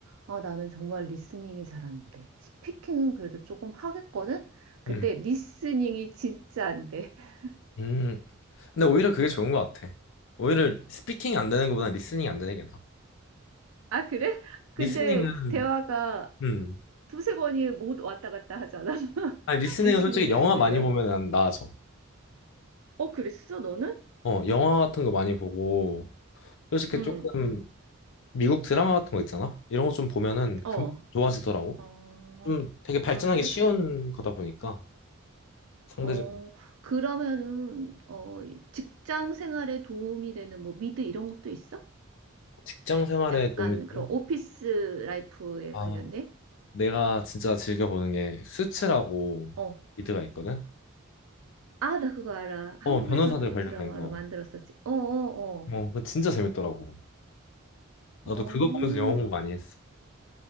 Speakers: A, on the right; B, on the left.
A: 아 나는 정말 리스닝이 잘 안 돼. 스피킹은 그래도 조금 하겠거든. 근데
B: 음,
A: 리스닝이 진짜 안 돼. <laughs>
B: 음. 근데 오히려 그게 좋은 것 같아. 오히려 스피킹이 안 되는 것보다 리스닝이 안 되는 게 나아.
A: 아 그래? 근데
B: 리스닝은,
A: 대화가
B: 음.
A: 두세 번이 못 왔다 갔다 하잖아. <laughs>
B: 아니, 리스닝은
A: 리스닝이
B: 솔직히 영화
A: 안 되면.
B: 많이 보면 난 나아져.
A: 어 그랬어 너는?
B: 어, 영화 같은 거 많이 보고, 솔직히
A: 응.
B: 조금 미국 드라마 같은 거 있잖아? 이런 거 좀 보면은
A: 어.
B: 금 좋아지더라고.
A: 어.
B: 좀 되게 발전하기
A: 아 그래?
B: 쉬운 거다 보니까, 상대적으로.
A: 어, 그러면은, 어, 이 직장 생활에 도움이 되는 뭐 미드 이런 것도 있어?
B: 직장 생활에
A: 약간
B: 도움이
A: 그런
B: 되는?
A: 오피스 라이프에
B: 아,
A: 관련된?
B: 내가 진짜 즐겨보는 게 수츠라고
A: 어.
B: 미드가 있거든?
A: 아, 나 그거 알아. 한국에서도
B: 어, 변호사들 관련된
A: 드라마로
B: 거.
A: 만들었었지. 어, 어,
B: 뭐 그거 진짜 재밌더라고. 나도
A: 어. 어,
B: 그거 보면서 영어 공부 많이 했어.